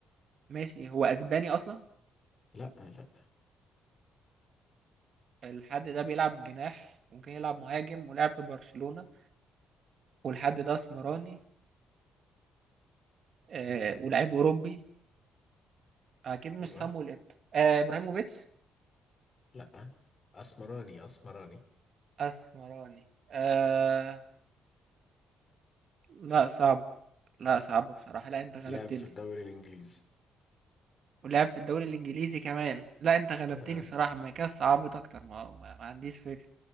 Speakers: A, on the right; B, on the left.
A: ماشي هو اسباني اصلا
B: لا لا
A: الحد ده بيلعب جناح ممكن يلعب مهاجم ولعب في برشلونة والحد ده اسمراني آه ولاعيب اوروبي اكيد مش
B: ايوه
A: سامويل ايتو آه ابراهيموفيتش
B: لا اسمراني اسمراني
A: اسمراني آه لا صعب لا صعب بصراحة لا انت غلبتني
B: لاعب في الدوري الانجليزي
A: ولعب في الدوري الانجليزي كمان لا انت غلبتني
B: آه.
A: بصراحة ما كده صعبت اكتر ما, ما, ما عنديش فكرة